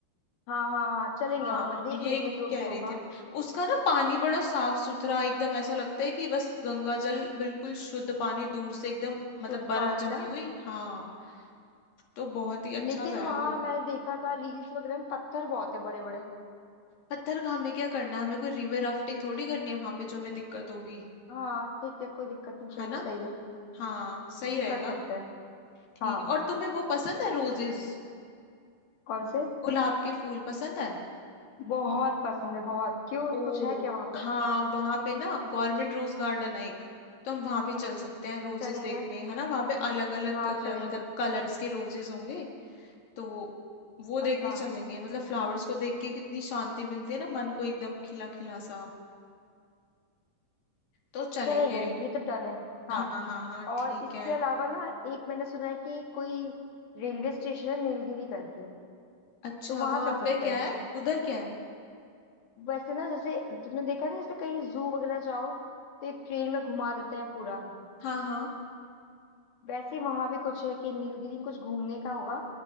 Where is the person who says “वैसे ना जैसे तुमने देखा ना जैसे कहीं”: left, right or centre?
Left